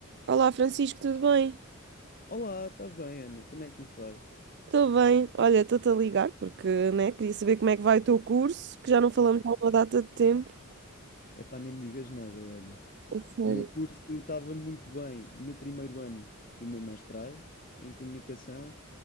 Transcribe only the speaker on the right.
Olá, Francisco, tudo bem?
Estou bem. Olha, estou-te a ligar porque, né, queria saber como é que vai o teu curso, que já não falamos há uma data de tempo.
A sério?